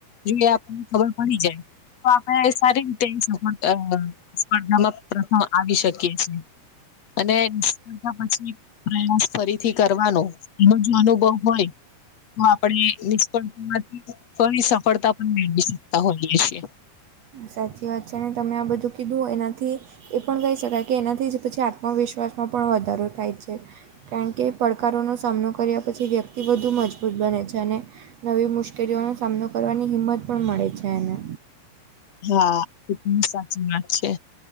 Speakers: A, on the left; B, on the right.
A: જો એ આપણને ખબર પડી જાય તો આપણે સારી રીતે સપોટ સ્પર્ધામાં પ્રથમ આવી શકીએ છીએ અને સ્પાર્ધા પછી પ્રયાસ ફરીથી કરવાનો એનો જો અનુભવ હોય તો આપણે નિષ્ફળતા માંથી ફરી સફળતા પણ મેળવી શકતા હોઈએ છીએ
B: સાચી વાત છે ને તમે આ બધું કીધું એનાથી એ પણ કહી શકાય કે એનાથી જ પછી આત્મવિશ્વાસમાં પણ વધારો થાય છે કારણ કે પડકારોનો સામનો કર્યા પછી વ્યક્તિ વધુ મજબૂત બને છે અને નવી મુશ્કેલીઓનો સામનો કરવાની હિંમત પણ મળે છે એને
A: હા એ પણ સાચી વાત છે